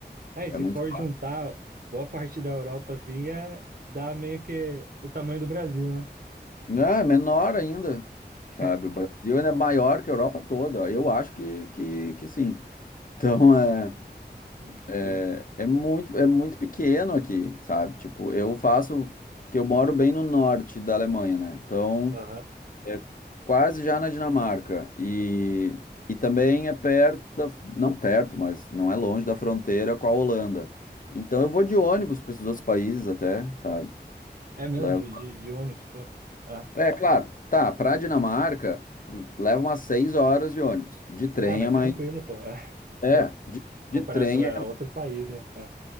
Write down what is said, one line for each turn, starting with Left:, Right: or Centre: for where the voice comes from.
Right: É,
Left: é
Right: e se
Left: muito.
Right: for juntar boa parte da Europa assim, é dá meio que o tamanho do Brasil, né?
Left: É menor ainda, sabe?
Right: <laughs>
Left: O Brasil ainda é maior que a Europa toda. Eu acho que, que, que sim. Então é,
Right: Sim.
Left: é é muito, é muito pequeno aqui, sabe? Tipo, eu faço. Porque eu moro bem no norte da Alemanha, né? Então.
Right: Aham.
Left: É quase já na Dinamarca. E, e também é perto da, não perto, mas não é longe da fronteira com a Holanda. Então eu vou de ônibus para esses outros países até, sabe?
Right: É mesmo
Left: Levo.
Right: de, de, de ônibus, pô. Ah.
Left: É claro, tá, para Dinamarca pro- leva umas seis horas de ônibus. De trem
Right: Ah, mas
Left: é mais.
Right: tranquilo, pô. É. Se
Left: É,
Right: for
Left: de,
Right: comparação
Left: de trem
Right: é
Left: é.
Right: outro país, né? É.